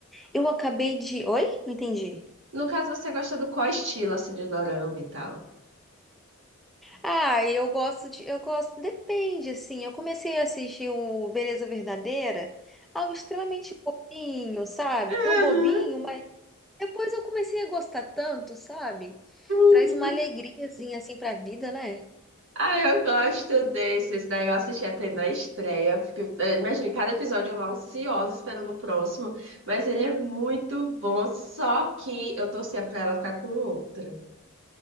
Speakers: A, in the centre; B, on the right.
A: Eu acabei de. Oi? Não entendi.
B: No caso, você gosta do qual estilo, assim, de dorama e tal?
A: Ah, eu gosto de, eu gosto, depende, assim. Eu comecei a assistir o Beleza Verdadeira, algo extremamente bobinho, sabe?
B: Aham,
A: Tão bobinho, mas depois eu comecei a gostar tanto, sabe?
B: uhum.
A: Traz uma alegriazinha assim pra vida, né?
B: Ah, eu gosto desses. Daí eu assisti até na estreia. Fiquei... eh, Imagina, cada episódio eu lá ansiosa esperando o próximo. Mas ele é muito bom. Só que eu torcia pra ela ficar com outra.